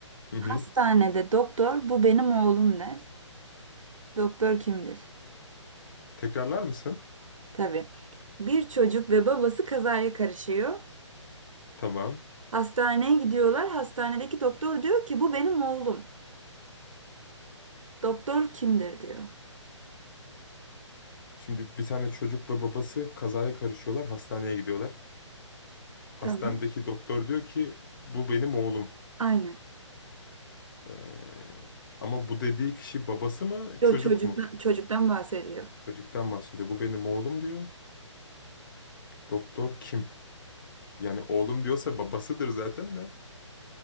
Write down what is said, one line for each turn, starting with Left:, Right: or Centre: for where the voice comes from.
Left: Hı hı.
Right: Hastanede doktor bu benim oğlum der. Doktor kimdir?
Left: Tekrarlar mısın?
Right: Tabii. Bir çocuk ve babası kazaya karışıyor.
Left: Tamam.
Right: Hastaneye gidiyorlar. Hastanedeki doktor diyor ki bu benim oğlum. Doktor kimdir diyor.
Left: Şimdi bir tane çocuk ve babası kazaya karışıyorlar, hastaneye gidiyorlar. Hastanedeki
Right: Tamam.
Left: doktor diyor ki bu benim oğlum.
Right: Aynen.
Left: E, Ama bu dediği kişi babası mı,
Right: Yo,
Left: çocuk
Right: çocuktan,
Left: mu?
Right: çocuktan bahsediyor.
Left: Çocuktan bahsediyor. Bu benim oğlum diyor. Doktor kim? Yani oğlum diyorsa babasıdır zaten de.